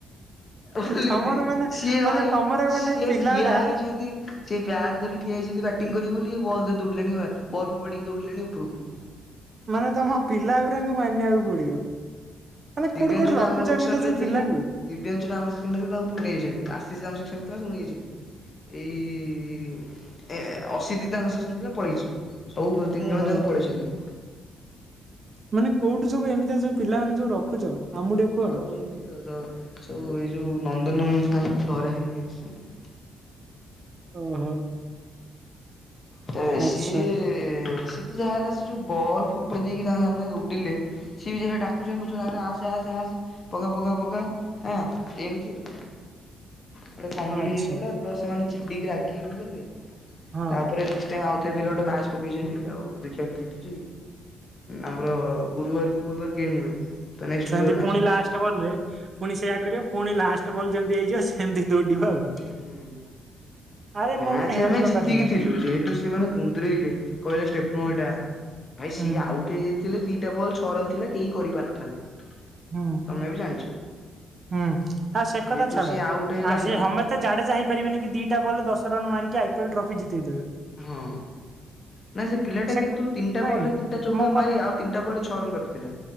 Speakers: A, on the left; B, on the right.
A: ବୋଲି
B: ତମର
A: କି ନାଇଁ
B: ମାନେ
A: ସିଏ ଭାଇ
B: ମାନେ ତମର ମାନେ
A: ସିଏ
B: ପିଲାଗୁରା
A: ଠିଆ ହେଇଛନ୍ତି ସେ ବ୍ୟାଟ ଧରି। ଠିଆଇଛନ୍ତି ବ୍ୟାଟିଂ କରିବେ ବୋଲି ବଲ ଦେଇ ଦୌଡ଼ିଲେଣି ବଲ ଫୋପାଡ଼ିକି ଦୌଡ଼ିଲେଣି ଉପରକୁ।
B: ମାନେ ତମ ପିଲାଗୁଡାଙ୍କୁ ମାନିବାକୁ ପଡିବ। ମାନେ
A: ଦିବ୍ୟାଂଶୁ
B: କୋଉଠି କୋଉଠି
A: ଟା
B: ରଖୁଛୁ
A: ଆମ ସେକ୍ସନ
B: ଏମିତି
A: ରେ
B: ସବୁ
A: ଥିଲା
B: ପିଲାଙ୍କୁ।
A: ଦିବ୍ୟାଂଶୁ ଆମ ସେକ୍ସନ ଥିଲା ତାଙ୍କୁ ପଠେଇଯାଇଛନ୍ତି ଆଶିଷ ଆମ ସେକ୍ସନ ତାକୁ ନେଇଯାଇଛନ୍ତି। ଏଇ ଅସିଧି ତାଙ୍କ ସେକ୍ସନ ଥିଲା ପଳେଇଛୁୁ। ସବୁ ତିନି
B: ଓହୋ
A: ଜଣ ଯାକ ପଳେଇଛନ୍ତି।
B: ମାନେ କୋଉଠୁ ସବୁ ଏମିତି ଆ ସବୁ ପିଲାମାନେ ସବୁ ରଖୁଛ। ଆମକୁ ଟିକେ
A: ସବୁ
B: କୁହ।
A: ଆଉଛନ୍ତି ଆଉ ସବୁ ଏଇ ଯୋଉ ନନ୍ଦନକାନନ ଧରା ହେଇକି ଆସିଛନ୍ତି।
B: ଓହୋ।
A: ତ
B: ଆଚ୍ଛା
A: ସିଏ ସିଏ ତ ଯାହା ହେଲା ସେ ଯୋଉ ବଲ୍ ଫୋପାଡ଼ି ଦେଇକି ତାଙ୍କ ସାମ୍ନ ଦୌଡିଲେ। ସିଏ ବି ଡାକୁଛନ୍ତି ଆରେ ଆସେ ଆସେ ଆସେ ପକା ପକା ପକା। ହଁ ଏମିତି ଆଉ ଗଟେ କମେଡି
B: ଆଚ୍ଛା
A: ହେଇଗଲା ପ୍ଲ ଚିିଡି କି ରାଗି ଗଲେ
B: ହଁ
A: ତା ଆଉଥରେ ଗୋଟେ ମ୍ୟାଚ ପକେଇଛନ୍ତି ଆଉ ଦେଖିବା କି ଜିତୁଛି। ଆମର ଗୁରୁବାର କୁ ଗୁରୁବାର ଗେମ୍ ହୁଏ। ତ ନେକ୍ସଟ୍
B: ସେମିତି
A: ଗୁରୁବାର
B: ପୁଣି
A: ମ୍ୟାଚ୍ ପଡିଛି
B: ଲାଷ୍ଟ ବଲ ରେ ପୁଣି ସେଇଆ କରିବ ପୁଣି ଲାଷ୍ଟ ବଲ୍ ଯେମିତି ହେଇଯିବ ସେମିତି ଦୌଡିବା ଆଉ।
A: ହୁଁ।
B: ଆରେ
A: ମ୍ୟାଚ
B: ମୋର ଗୋଟେ ହେଲ୍ପ
A: ଆମେ
B: ଦରକାର
A: ଜିତିକି
B: ଥିଲା।
A: ଥିଲୁ ଯେହେତୁ ସେମାନେେ ଗୁନ୍ଦରେଇଲେ କହିଲେ ଷ୍ଟେପଇଟା। ଭାଇ ସିଏ
B: ହୁଁ
A: ଆଉଟ ହେଇଯାଇଥିଲେ ଦିଟା ବଲ ଛଅ ରନ୍ ଥିଲା କେହି କରିପାରିନଥାନ୍ତେ।
B: ହୁଁ
A: ତମେ ବି ଜାଣିଛ।
B: ହୁଁ ହ ସେ କଥା
A: ଯେହେତୁ
B: ଛାଡ
A: ସିଏ ଆଉଟ୍ ହେଲାନି
B: ଆ ସେ ସମ ସେ ଜାଡେଯା ହୋଇପାରିବେନି କି ଦିଟା ବଲ ଦଶ ରନ୍ ମାରିକି ଆଇପିଏଅଲ୍ ଟ୍ରଫି ଜିତେଇଦେବେ।
A: ହଁ। ନା ସେ ପିଲା କିନ୍ତୁ
B: କ
A: ତିନଟା
B: ନାଇଁ
A: ବଲ ରେ ତିନିଟା ଚଉକା
B: ମୋ
A: ମାରି ଆଉ ତିନିଟା ବଲ ଛଅ ରନ୍ ରଖିଥିଲା।